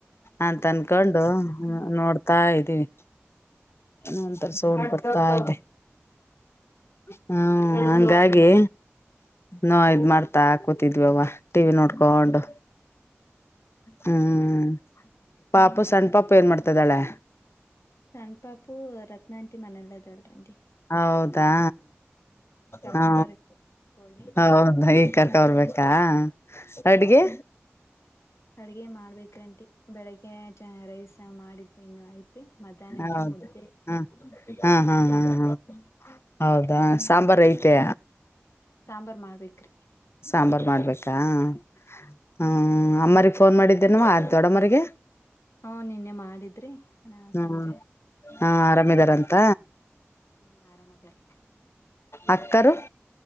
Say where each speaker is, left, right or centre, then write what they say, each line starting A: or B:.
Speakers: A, on the left; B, on the left.
A: ಅಂತ ಅನ್ಕೊಂಡು ಹು <unintelligible> ನೋಡ್ತಾ ಇದ್ದೀವಿ ಏನೋ ಒನ್ ತರ ಸೌಂಡ್ ಬರ್ತಾ ಇ್ದದೆ ಹ್ಮ ಹಂಗಾಗಿ ನಾ <unintelligible> ಇದ್ ಮಾಡ್ತಾಕ ತಿದ್ವವ್ವ <unintelligible> ಟಿವಿ ನೋಡ್ಕೊಂಡು ಹ್ಮ್ ಪಾಪ ಸಣ್ಣ ಪಾಪು ಏನ್ ಮಾಡ್ತಾದಾಳೆ
B: ಸಣ್ಣ ಪಾಪು ರತ್ನಾ ಆಂಟಿ ಮನೆಯಲ್ಲ ಇದಳರಂಟಿ <unintelligible>
A: ಹೌದಾ
B: ಕರ್ಕೊಂಡ್
A: ಹಾ
B: ಬರಕ್ ಹೋಗಿ
A: ಹೌದ ಈಗ್ ಕರ್ಕ ಬರ್ಬೇಕು <unintelligible> ಅಡ್ಗೆ
B: ಅಡಗೆ ಮಾಡ್ಬೇಕ್ರಂಟಿ ಬೆಳಿಗ್ಗೆ <unintelligible> ರೈಸ ಮಾಡಿದ್ದೇನು ಐತಿ ಮಧ್ಯಾಹ್ನಕ್ಕೆ
A: ಹೌದು
B: ಮುದ್ದೆ
A: ಹ ಹಾ ಹಾ
B: ಸಾ
A: ಹಾ ಹಾ ಹೌದಾ ಸಾಂಬಾರ್ ಐತೆ
B: ಸಾಂಬಾರ್ ಮಾಡ್ಬೇಕ್ರಿ
A: ಸಾಂಬಾರ್ ಮಾಡ್ಬೇಕಾ ಹ್ಮ ಅಮ್ಮರ್ಗ ಫೋನ್ ಮಾಡಿದ್ದೇನವ <unintelligible> ದೊಡ್ಡಮ್ಮರಿಗೆ
B: ಹ ನಿನ್ನೆ ಮಾಡಿದ್ರಿ ನ
A: ಹ್ಮ್
B: ಸಂಜೆ ಚೆನ್ನಾಗದಾರಂತೆ
A: ಹಾ ಆರಾಮಿದಾರಂತ
B: ಹ್ಮ್ ಆರಾಮ್ ಅದಾರೀ
A: ಅಕ್ಕರು